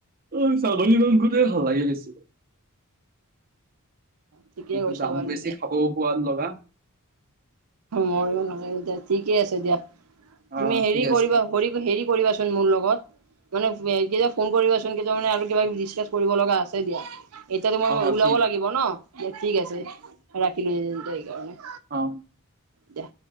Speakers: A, on the right (about 40°); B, on the right (about 85°).
A: অ ছাগলী মাংসুতে হালাগে বেছি
B: ঠিকে
A: কিন্তু
B: কৈছা
A: দামো
B: বাৰু
A: বেছি
B: দিয়া
A: খাবও সোৱাদ লগা
B: মৰিব নালাগে এতি ঠিকে আছে এিয়া
A: অ
B: তুমি হেৰি
A: ঠিক
B: কৰিবা
A: আছে
B: হেৰি হেৰি কৰিবা মোৰ লগত মানে কেতি ফোন কৰিবাচোন কেতিয়া মানে আৰু কিবা ডিচকাচ কৰিব লগা আছে দিয়া এতিয়াাতো মই
A: অ
B: ওলাব
A: ঠিক
B: লাগিব ন যে ঠিক আছে ৰাখিলো সেইকাৰণে
A: অ
B: দিয়া